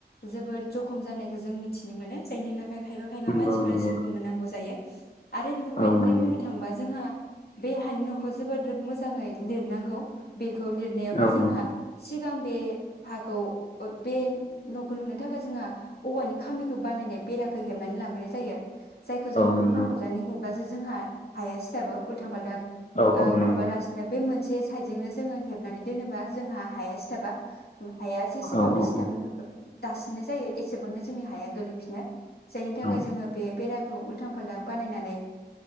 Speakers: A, on the left; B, on the left.
A: जोबोद जख खम जानायखौ जों मिथिनो मोनो जायनि थाखाय खायफा-खायफा
B: नंगौ
A: मानसिफोरा
B: नंगौ
A: जिउ गोमा नांगौ जायो। आरो बेफोरबायदिनो
B: औ नंगौ
A: बुंनो थांबा जोंहा बे हानि न'खौ जोबोद मोजाङै लिरनांगौ बे खौ लिरनायावबो
B: औ
A: जोंहा
B: नंगौ
A: सिगां बे हाखौ ओ बे न'खौ लुनो थाखाय जोंहा औवानि खामिखौ बानायनाय बेराखौ हेबनानै लाग्रोनाय जायो। जायखौ जोङो
B: औ नंगौ
A: उल्थां फाल्थाङै होब बासो जोंहा हाया सिथाबो उल्थां फाल्थां
B: औ
A: ओं
B: औ नंगौ
A: हेबालासिनो बे मोनस से सायदजोंनो जोङो हेबनानै दोनोबा जोंहा हाया सिथाबा। ला हाया जेसेबांनो
B: औ औ
A: सिथाबा दासिननाय जायो। एसेबांनो जोंनि हाया गोलैफिनो। जायनि थाखाय
B: औ
A: जोङो बे बेराखौ उल्थां फाल्थां बानायनानै